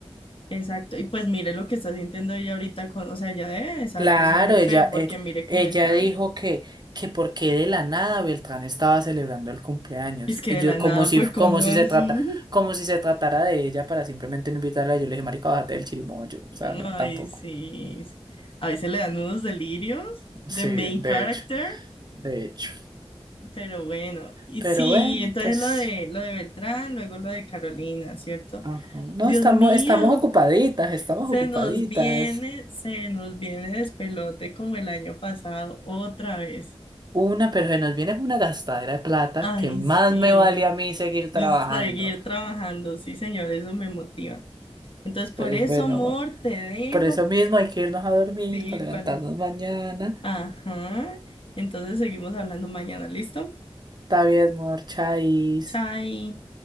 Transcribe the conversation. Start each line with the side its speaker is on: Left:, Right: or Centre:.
Left: Exacto. Y pues mire lo que está sintiendo ella ahorita con, o sea, ella debe de saber
Right: Claro,
Left: que eso es muy feo
Right: ella,
Left: porque
Right: eh,
Left: mire con
Right: ella
Left: Beltrán.
Right: dijo que, que porque de la nada Beltrán estaba celebrando el cumpleaños.
Left: Es que
Right: Y
Left: de
Right: yo,
Left: la nada,
Right: como si,
Left: pues,
Right: como
Left: ¿cómo
Right: si
Left: así?
Right: se trata, como si se tratara de ella para simplemente no invitarla, yo le dije, marica, bájate del chirimoyo.
Left: <laughs>
Right: O sea, no,
Left: Ay,
Right: tampoco.
Left: sí. sí. A veces le dan unos delirios de
Right: Sí,
Left: main
Right: de
Left: character,
Right: hecho, de hecho.
Left: pero bueno. Y
Right: Pero
Left: sí,
Right: bueno,
Left: entonces
Right: pues,
Left: lo de lo de Beltrán, luego lo de Carolina, ¿cierto?
Right: ajá. No,
Left: Dios
Right: estamos,
Left: mío.
Right: estamos ocupaditas, estamos
Left: Se
Right: ocupaditas.
Left: nos viene, se nos viene despelote como el año pasado otra vez.
Right: Una, pero se nos viene una gastadera de plata
Left: Ay,
Right: que más
Left: sí,
Right: me vale a mí seguir trabajando.
Left: de seguir trabajando, sí, señor, eso me motiva. Entonces, por
Right: Entonces,
Left: eso,
Right: bueno,
Left: amor,
Right: amor,
Left: te dejo.
Right: por eso mismo hay que irnos a dormir
Left: Sí,
Right: para
Left: para...
Right: levantarnos mañana.
Left: Ajá. Entonces, seguimos hablando mañana, ¿listo?
Right: Está bien, amor, chais.
Left: Chai.